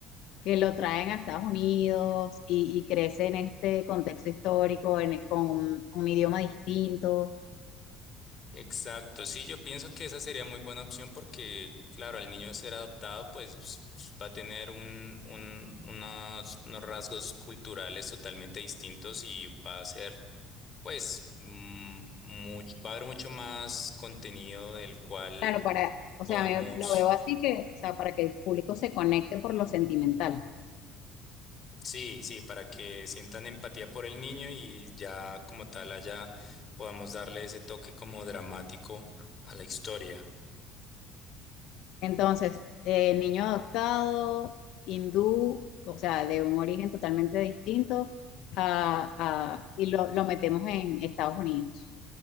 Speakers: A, on the left (about 70°); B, on the left (about 40°).
A: que lo traen a Estados Unidos y, y crece en este contexto histórico, en, con un idioma distinto.
B: exacto. Sí, yo pienso que esa sería muy buena opción porque, claro, al niño ser adoptado, pues va a tener un, un- unos, unos rasgos culturales totalmente distintos y va a ser Pues mm, much- va a haber mucho más contenido del cual
A: Claro, para, o
B: podamos,
A: sea, me- lo veo así que, o sea, para que el público se conecte por lo sentimental.
B: sí, sí, para que sientan empatía por el niño y ya como tal allá podamos darle ese toque como dramático a la historia.
A: Entonces, eh, niño adoptado, hindú, o sea, de un origen totalmente distinto, a- a- y lo, lo metemos en Estados Unidos.